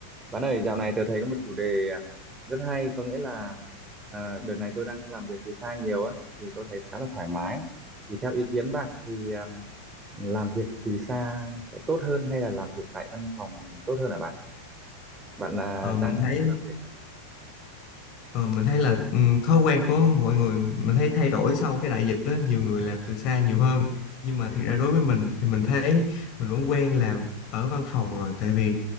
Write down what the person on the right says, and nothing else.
Bạn ơi, dạo này tôi thấy có một chủ đề à, rất hay, có nghĩa là à, đợt này tôi đang làm việc từ xa nhiều á, thì tôi thấy khá là thoải mái. Thì theo ý kiến bạn thì à, làm việc từ xa sẽ tốt hơn hay là làm việc tại văn phòng tốt hơn hả bạn? Bạn à,
đang
làm việc